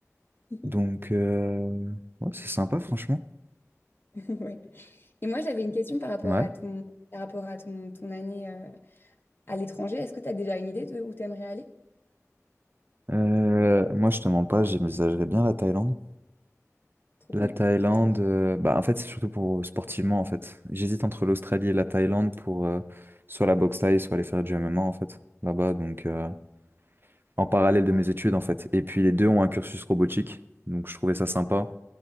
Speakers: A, on the left; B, on the right.
A: <laughs>
B: Donc, euh, ouais, c'est sympa, franchement.
A: <laughs> Ouais. Et moi, j'avais une question par rapport
B: Ouais.
A: à ton, par rapport à ton, ton année euh, à l'étranger. Est-ce que tu as déjà une idée de où tu aimerais aller
B: Euh,
A: ou pas?
B: moi, je te mens pas, j'envisagerais bien la Thaïlande.
A: Trop
B: La
A: cool,
B: Thaïlande,
A: trop trop bien.
B: euh, bah en fait c'est surtout pour euh, sportivement en fait. J'hésite entre l'Australie et la Thaïlande pour euh, soit la boxe thaï, soit aller faire du MMA en fait là-bas. Donc euh, en parallèle de
A: Mm.
B: mes études en fait. Et puis les deux ont un cursus robotique, donc je trouvais ça sympa.